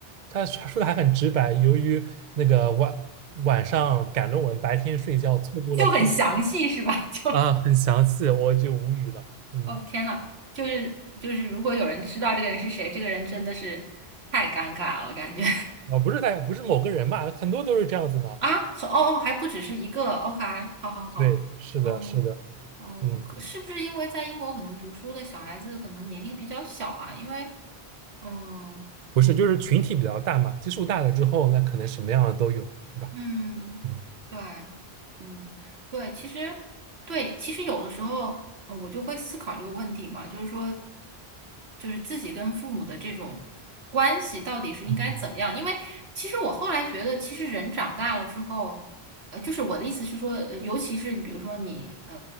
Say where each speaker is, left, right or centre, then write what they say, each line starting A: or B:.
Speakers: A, on the right; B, on the right.
A: 他说的还很直白，由于那个晚晚上赶论文，白天睡觉，错过了父母
B: 就很详细是吧？<laughs> 就，
A: 啊，很详细，我就无语了，嗯，
B: 哦天呐，就是就是，如果有人知道这个人是谁，这个人真的是太尴尬了，感觉
A: 啊，不是在不是某个人嘛，很多都是这样子嘛，
B: <laughs> 啊，和哦哦，还不只是一个，OK，好好好，
A: 对，是的，
B: 嗯。
A: 是的，
B: 哦，
A: 嗯。
B: 可是不是因为在英国可能读书的小孩子可能年龄比较小啊？因为，嗯，
A: 不是，
B: 嗯
A: 就是群体比较大嘛，基数大了之后，那可能什么样的都有，对吧？
B: 嗯，
A: 嗯
B: 对，嗯，对，其实，对，其实有的时候，呃我就会思考这个问题嘛，就是说，就是自己跟父母的这种关系到底是应该怎么样？
A: 嗯，
B: 因为其实我后来觉得，其实人长大了之后，呃，就是我的意思是说，呃尤其是你比如说你呃